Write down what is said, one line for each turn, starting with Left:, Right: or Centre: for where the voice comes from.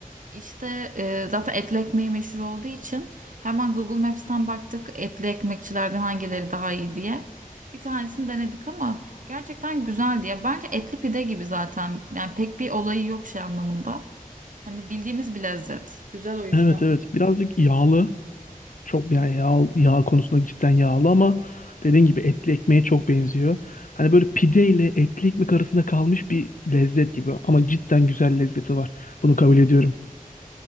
Right: İşte e, zaten etli ekmeği meşhur olduğu için hemen Google Maps'ten baktık etli ekmekçilerden hangileri daha iyi diye. Bir tanesini denedik ama gerçekten güzeldi ya. Bence etli pide gibi zaten. Yani pek bir olayı yok şey anlamında. Hani bildiğimiz bir lezzet. Güzel o yüzden.
Left: Evet evet birazcık yağlı. Çok yani yağ, yağ konusunda cidden yağlı ama dediğin gibi etli ekmeğe çok benziyor. Hani böyle pide ile etli ekmek arasında kalmış bir lezzet gibi ama cidden güzel lezzeti var. Bunu kabul ediyorum.